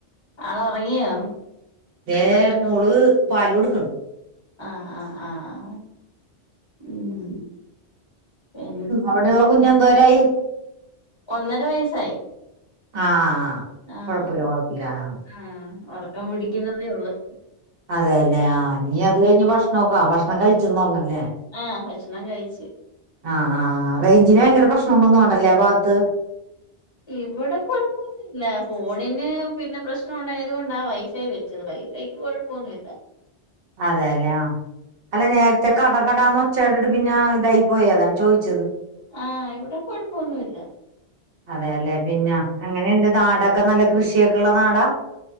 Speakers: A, on the left; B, on the right.
A: ആവ ഉറങ്ങിയോ.
B: ഏമോള് പാല് കൊടുക്കണ്
A: ആഹ്ആഹ് ആഹ് ഉം പിന്നെ
B: അവിടെ ഉള്ള കുഞ്എന്തോരായി.
A: ഒന്നര വയസ്സായി
B: ആഹ്
A: ആഹ്
B: കൊഴപ്പില്ല കൊഴപ്പില്ല ആ
A: ആഹ് ഉറക്കം പിടിക്കുന്നതേ ഉള്ളു
B: അതെയല്ലെ ആ നീ അത് കഴിഞ്ഞ് ഭക്ഷണക്കെ ആ ഭക്ഷണം കഴിച്ചന്ന് പറഞ്ഞല്ലേ
A: ആഹ് ഭക്ഷണം കഴിച്ച്
B: ആഹ് ആഹ് റേഞ്ചിന് ഭയങ്കര പ്രശ്നുണ്ടൊന്നുണ്ടല്ലേ ആ ഭാഗത്ത്
A: ഇവിടെക്കൊഴപ്പ ഇല്ല ഫോണിന് പിന്നെ പ്രശ്നം ഉണ്ടായത് കൊണ്ടാ വൈഫൈ വെച്ചത് വൈഫൈക്ക് കൊഴപ്പൊന്നുല്ല.
B: അതെല്ലേ ആഹ് അല്ലെ നേര ത്തെ കടകടാന്ന് ഒച്ച കേട്ടിട്ട് പിന്നെ ഇതായി പോയി അതാണ് ചോദിച്ചത്
A: ആഹ് ഇവിടെ കൊഴപ്പൊന്നുല്ല
B: അതെയല്ലെ പിന്നെ എങ്ങനെയുണ്ട് നാടൊക്കെ നല്ല കൃഷിയൊക്കെയുള്ള നാടാ